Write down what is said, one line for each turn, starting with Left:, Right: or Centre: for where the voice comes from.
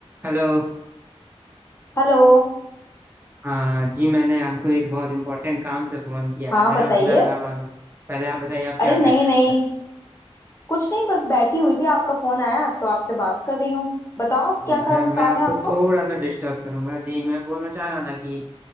Right: Hello
Left: Hello
Right: हाँ जी मैंने आपको एक बहुत इम्पोर्टेंट काम से फ़ोन किया
Left: हाँ
Right: है, अगर
Left: बताइए
Right: आप बुरा ना मानो तो पहले आप बताइए आप
Left: अरे
Right: क्या कर
Left: नहीं
Right: रहे
Left: नहीं
Right: हैं फिर
Left: कुछ नहीं बस बैठी हुई थी आपका फोन आया तो आपसे बात कर रही हूँ बताओ
Right: जी
Left: क्या काम
Right: मैं मैं
Left: काम
Right: आपको
Left: है आपको
Right: थोड़ा सा डिस्टर्ब करूंगा जी मैं बोलना चाह रहा ना कि